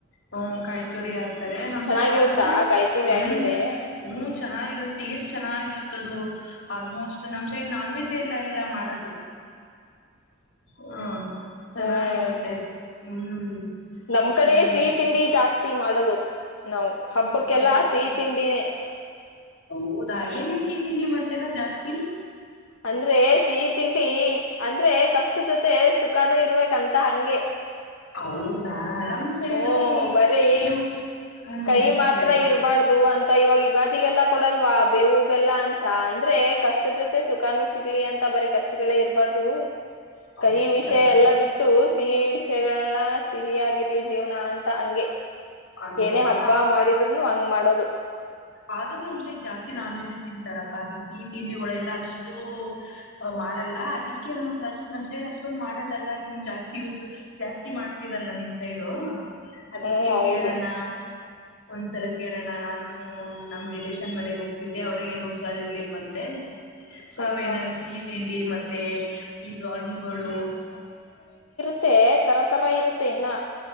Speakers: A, on the left (about 60°); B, on the left (about 80°).
A: ಹ್ಮ ಕಾಯ- ತುರಿ ಹಾಕ್ ನಮ್
B: ಚೆನ್ನಾಗಿರುತ್ತಾ
A: ಸೈಡ್ ಆಲ್ಮೋಸ್ಟ್
B: ಕಾಯ್ತುರಿ
A: ಹ್ಮ್
B: ಹಾಕಿದ್ರೆ
A: ಹ ಚೆನ್ನಾಗಿ ಟೇಸ್ಟ್ ಚೆನ್ನಾಗಿರುತ್ತದು ಆಲ್ಮೋಸ್ಟ್ ನಮ್ ಸೈಡ್ ನಾನ್ ವೆಜ್ ಎಲ್ಲ ಎಲ್ಲ ಮಾಡ ಹ್ಮ ಚೆನ್ನಾಗಿರುತ್ತೆ
B: ಹ್ಮ್
A: ಹ್ಮ್
B: ನಮ್ ಕಡೆ
A: ಹ್ಮ್
B: ಸಿಹಿ ತಿಂಡಿ ಜಾಸ್ತಿ ಮಾಡೋದು ನಾ ಹಬ್ಬಕ್ಕೆಲ್ಲಾ
A: ನಿಮ್ ಸೈಡು
B: ಸಿಹಿ ತಿಂಡಿನೇ
A: ಹೌದಾ ಏನೇನ್ ಸಿಹ ತಿಂಡಿ ಮಾಡ್ತರಾ ಜಾಸ್ತಿ
B: ಅಂದ್ರೆ ಸಿಹಿ ತಿಂಡಿ ಅಂದ್ರೆ ಕಷ್ಟದ ಜೊತೆ ಸುಖಾನ ಇರ್ಬೇಕಂತ ಹಂಗೆ.
A: ಹೌದ. ನಮ್ ಸೈಡು
B: ಹ್ಮ್ ಬರೀ
A: ಯು ಹ್ಮ್
B: ಕೈ ಮಾತ್ರ
A: ಹೇಳಿ
B: ಇರಬಾರ್ದು ಅಂತ ಇವಾಗ ಯುಗಾದಿಗೆಲ್ಲ ಕೊಡಲ್ವಾ ಬೇವು ಬೆಲ್ಲ ಅಂತ ಅಂದ್ರೆ ಕಷ್ಟ ಜೊತೆ ಸುಖಾನೂ ಸಿಗ್ಲಿ ಅಂತ ಬರ ಕಷ್ಟಗಳೇ ಇರ್ಬಾರ್ದು.
A: ಹೌದಾ
B: ಕಹಿ ವಿಷಯ ಎಲ್ಲ ಬಿಟ್ಟು ಸಿಹಿ ವಿಷಯ. ವಿಷಯಗಳನ್ನ ಸಿಹಿ ಆಗಿರ್ಲಿ ಜೀವನ ಅಂತ ಹಂಗೆ
A: ಹಂಗೆ
B: ಏನೇ
A: ಬಟ್
B: ಹಬ್ಬ ಮಾಡಿದ್ರುನು ಹಂಗ್ ಮಾಡೋದು.
A: ಆದ್ರೂ ನಮ್ ಸೈಡ್ ಜಾಸ್ತಿ ನಾನ್ ವೆಜ್ಸ್ ತಿಂತಾರಪ್ಪಾ ಬಿಸಿ ತಿಂಡಿಗಳ ಎಲ್ಲಾ ಅಷ್ಟು ಮಾಡಲ್ಲ ಅದಕ್ಕೆ ನಮ್ದ ಅಷ್ಟ್ ನಮ್ ಸೈಡ್ ಅಷ್ಟೊಂದ್ ಮಾಡಲ್ಲಲ್ಲ ನಿಮ್ ಜಾಸ್ತಿ ಯೂಸ್ ಜಾಸ್ತಿ ಮಾಡ್ತರಲ್ಲ ನಿಮ್ ಸೈಡ್ ಅದಿಕ್ಕೆ
B: ಹ್ಮ್ ಹೌದು
A: ಕೇಳೋಣ ಒಂದ್ಸಲ ಕೇಳೋಣ ನಾನು. ನಮ್ ರಿಲೇಷನ್ ಮನೆಗ್ ಹೋಗ್ತಿದ್ದೆ ಅವ್ರಗೇನ ಹುಸಾರಿ ಇರ್ಲಿಕ್ಕೆ ಅಂತೆ ಸ್ವಲ್ಪ
B: ಹಾ ಹಾ
A: ಏನಾರ
B: ಹಾ
A: ಸಿಹಿ ತಿಂಡಿ ಮತ್ತೆ ಇದು ಹಣ್ಣುಗಳು.
B: ಮತ್ತೆ ತರ ತರ ಇರುತ್ತೆ ಇನ್ನ.